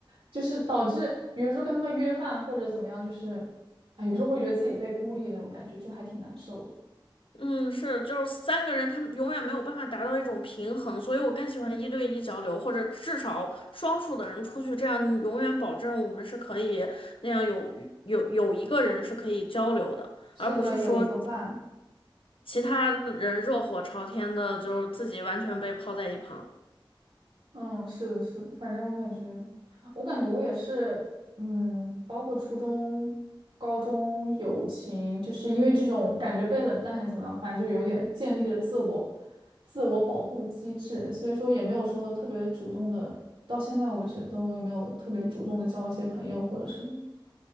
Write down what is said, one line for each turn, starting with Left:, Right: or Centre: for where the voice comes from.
Right: 就是导致比如说跟他们约饭或者怎么样，就是啊有时候会觉得自己被孤立那种感觉，就还挺难受的。
Left: 嗯，是，就是三个人，他们永远没有办法达到一种平衡，所以我更喜欢一对一交流，或者至少双数的人出去，这样你永远保证我们是可以那样有有有一个人是可以交流的，
Right: 是的，
Left: 而不是说
Right: 有一个伴。
Left: 其他人热火朝天的，就是自己完全被抛在一旁。
Right: 嗯，是的，是的，反正我感觉，我感觉我也是，嗯，包括初中、高中友情，就是因为这种感觉被冷淡还是怎么样，反正就有点建立了自我、自我保护机制，所以说也没有说特别主动的，到现在为止都也没有特别主动的交一些朋友或者什么的